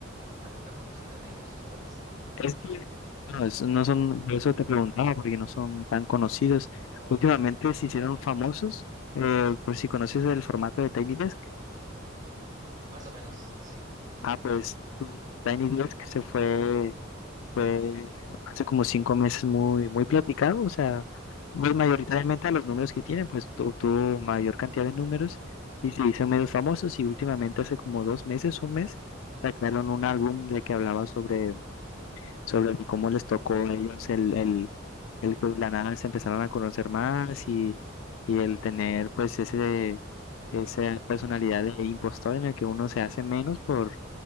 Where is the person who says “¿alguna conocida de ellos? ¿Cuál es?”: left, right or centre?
Right